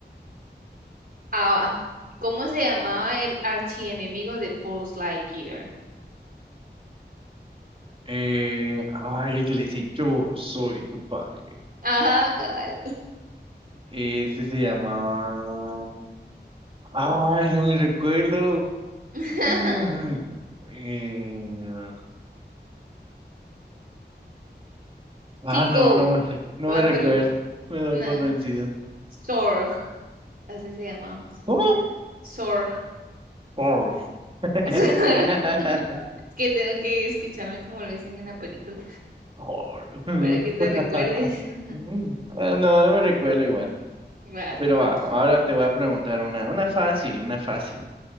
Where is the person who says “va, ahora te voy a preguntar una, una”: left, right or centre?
Right